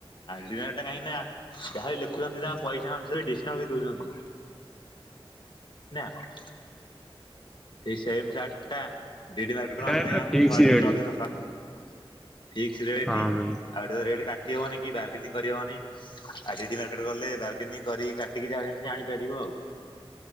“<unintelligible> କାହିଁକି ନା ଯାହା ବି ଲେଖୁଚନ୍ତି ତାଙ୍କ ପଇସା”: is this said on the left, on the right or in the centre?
Left